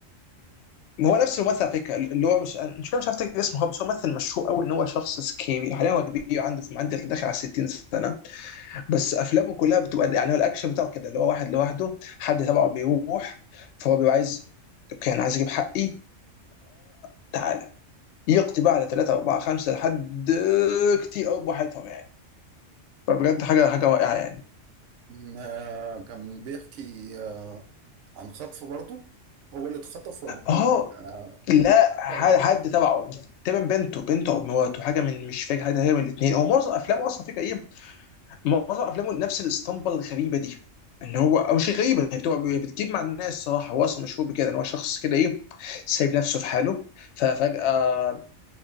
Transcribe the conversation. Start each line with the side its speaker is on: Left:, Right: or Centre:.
Left: هو نفس الممثل على فكره اللي هو مش مش مش عارف افتكر اسمه هو بس هو ممثل مشهور قوي ان هو شخص سكيبي حاليا هو كبير عنده في عنده داخل على 60 سنه بس افلامه كلها بتبقى يعني هو الاكشن بتاعه كده اللي هو واحد لوحده حد تبعه بيروح فهو بيبقى عايز اوكي انا عايز اجيب حقي فتعالى يقضي بقى على ثلاثة أربعة خمسة لحد كتير أوي براحتهم يعني فبجد حاجة حاجة رائعة يعني
Right: م- آه، كان بيحكي آه، عن خطف برضه هو اللي اتخطف ولا حد
Left: أهو
Right: آه،
Left: لا حد
Right: تبع
Left: حد تبعه تمام بنته بنته أو مراته حاجة من مش فاكر حد هي من الاتنين هو معظم أفلامه أصلا فكرة إيه معظم افلامه نفس الاسطمبه الغريبه دي ان هو او مش غريبه هي بتبقى بتجيب مع الناس صراحه هو اصلا مشهور بكده ان هو شخص كده ايه سايب نفسه في حاله ففجاه